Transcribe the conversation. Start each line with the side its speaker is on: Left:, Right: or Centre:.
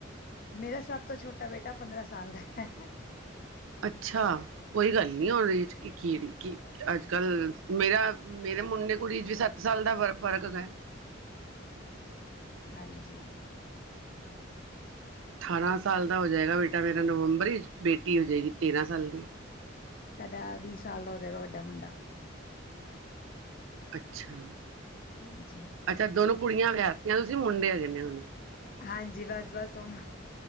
Left: ਮੇਰਾ ਸਭ ਤੋਂ ਛੋਟਾ ਬੇਟਾ ਪੰਦਰਾਂ ਸਾਲ ਦਾ ਐ।
Right: ਅੱਛਾ ਕੋਈ ਗੱਲ ਨੀ ਉਹਦੇ ਕੀੜੀ ਕੀ ਅੱਜ-ਕੱਲ ਮੇਰਾ ਮੇਰੇ ਮੁੰਡੇ-ਕੁੜੀ ਚ ਵੀ ਸੱਤ ਸਾਲ ਦਾ ਫ ਫਰਕ ਐ।
Left: ਹਾਂਜੀ-ਹਾਂਜੀ
Right: ਅਠਾਰਾਂ ਸਾਲ ਦਾ ਹੋ ਜਾਏਗਾ ਬੇਟਾ ਮੇਰਾ ਨਵੰਬਰ ਹੀ, ਬੇਟੀ ਹੋ ਜਾਏਗੀ ਤੇਰਾਂ ਸਾਲ ਦੀ।
Left: ਸਾਡਾ ਵੀਹ ਸਾਲ ਦਾ ਹੋ ਜਾਏਗਾ ਵੱਡਾ ਮੁੰਡਾ।
Right: ਅੱਛਾ
Left: ਹਾਂਜੀ
Right: ਅੱਛਾ ਦੋਨੋ ਕੁੜੀਆਂ ਵਿਆਹੀਆਂ ਤੁਸੀਂ ਮੁੰਡੇ ਕਹਿੰਦੇ ਹੋੇ
Left: ਹਾਂਜੀ ਬਸ-ਬਸ ਸਨ